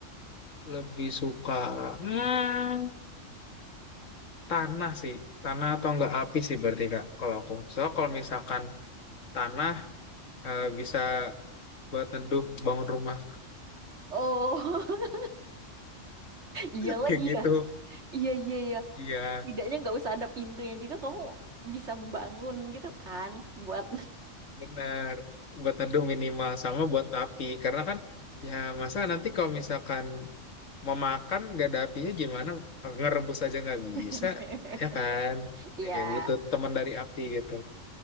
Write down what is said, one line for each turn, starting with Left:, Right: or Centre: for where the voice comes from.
Left: Lebih suka hmm, tanah sih. Tanah atau enggak api sih berarti Kak kalau aku. Soalnya kalau misalkan tanah eh, bisa buat neduh bangun rumah
Right: Oh, <laughs> iya
Left: <laughs>
Right: lagi
Left: kayak gitu.
Right: ya. Iya, iya, iya.
Left: Iya,
Right: Setidaknya nggak usah ada pintunya juga kamu bisa membangun gitu kan buat
Left: benar. Buat neduh minimal sama buat api karena kan ya masa nanti kalau misalkan mau makan nggak ada apinya gimana ngerebus aja nggak bisa
Right: <laughs>
Left: ya kan.
Right: Iya.
Left: Oke, butuh teman dari api gitu.